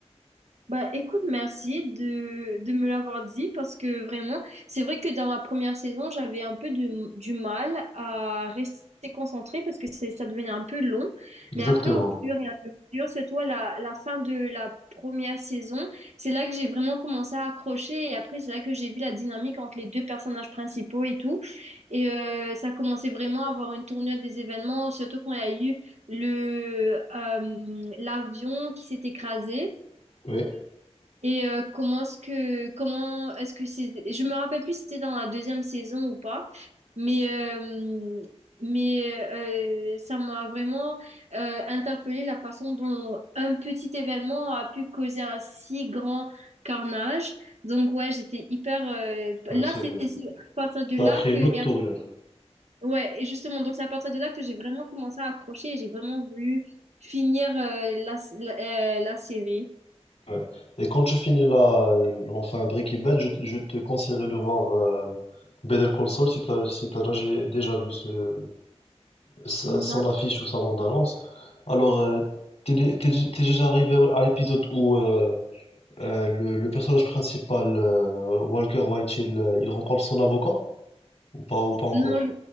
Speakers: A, on the right (about 75°); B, on the left (about 65°).
A: Bah écoute, merci de, de me l'avoir dit parce que vraiment, c'est vrai que dans la première saison, j'avais un peu de- du mal à rester concentrée parce que c'est, ça devenait un peu long.
B: Exactement.
A: Mais après, au fur et à mesure, c'est toi la, la fin de la première saison, c'est là que j'ai vraiment commencé à accrocher et après, c'est là que j'ai vu la dynamique entre les deux personnages principaux et tout. Et euh, ça commençait vraiment à avoir une tournure des événements, surtout quand il y a eu le, euh, l'avion qui s'est écrasé.
B: Oui,
A: Et euh, comment est-ce que comment est-ce que c'est je me rappelle plus si c'était dans la deuxième saison ou pas mais euh, mais euh, ça m'a vraiment euh, interpellée la façon dont un petit événement a pu causer un si grand carnage donc ouais j'étais hyper euh,
B: ouais,
A: là
B: c'est vrai.
A: c'est c'est à partir de
B: Ça
A: là
B: a pris
A: que
B: une
A: et-
B: autre tournure.
A: ouais et justement donc c'est à partir de là que j'ai vraiment commencé à accrocher et j'ai vraiment voulu finir euh, la, la euh, la série.
B: Ouais. Et quand tu finis la, enfin Breaking Bad, je, te je te conseillerais de voir euh, Better Call Saul si t'as, si t'as déjà déjà vu ce, sa-
A: Non.
B: son affiche ou sa bande-annonce. Alors, euh, t'es, dé- t'es dé- t'es déjà arrivé au- à l'épisode où euh, euh, le, le personnage principal, euh, Walker White, il, euh, il rencontre son avocat ou pas, ou pas encore?
A: Non,